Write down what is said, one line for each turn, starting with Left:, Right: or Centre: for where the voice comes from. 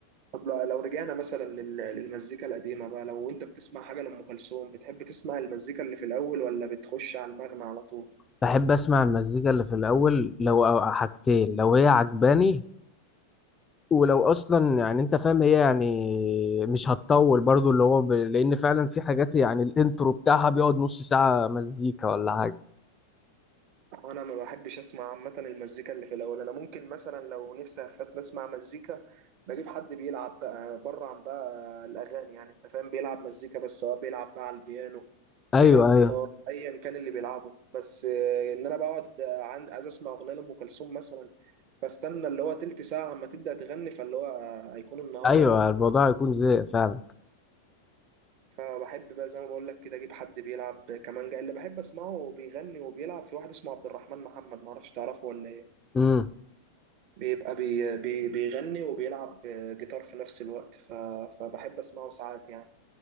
Right: طب لو لو رجعنا مثلا لل- للمزيكا القديمة بقى لو انت بتسمع حاجة لأم كلثوم بتحب تسمع المزيكا اللي في الأول ولا بتخش على المغنى على طول؟
Left: بحب اسمع المزيكا اللي في الاول لو أو حاجتين لو هي عجباني ولو اصلا يعني انت فاهم هي يعني مش هتطول برضو اللي هو ب... لان فعلا في حاجات يعني الانترو بتاعها بيقعد نص ساعة مزيكا ولا حاجة
Right: أنا ما بحبش أسمع عامة المزيكا اللي في الأول أنا ممكن مثلا لو نفسي أفتن أسمع مزيكا بجيب حد بيلعب بقى بره عن بقى الأغاني يعني أنت فاهم بيلعب مزيكا بس سواء بيلعب بقى على البيانو
Left: ايوه
Right: بيلعب
Left: ايوه
Right: جيتار أيا كان اللي بيلعبه بس آه، إن أنا بقعد آه، عند عايز أسمع أغنية لأم كلثوم مثلا فاستنى اللي هو تلت ساعة أما تبدأ تغني فاللي هو آه، هيكون النهار
Left: ايوه
Right: راح
Left: الموضوع هيكون زي فعلا
Right: فبحب بقى زي ما بقول لك كده اجيب حد بيلعب كمانجا اللي بحب اسمعه وبيغني وبيلعب في واحد اسمه عبد الرحمن محمد ما اعرفش تعرفه ولا ايه
Left: امم
Right: بيبقى بي بي بيغني وبيلعب جيتار في نفس الوقت ف فبحب اسمعه ساعات يعني